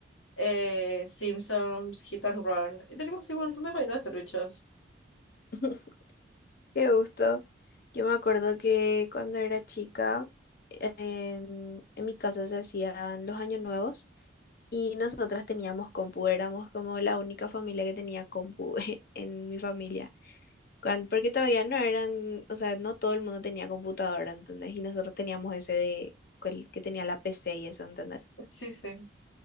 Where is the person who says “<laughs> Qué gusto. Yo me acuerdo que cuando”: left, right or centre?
Left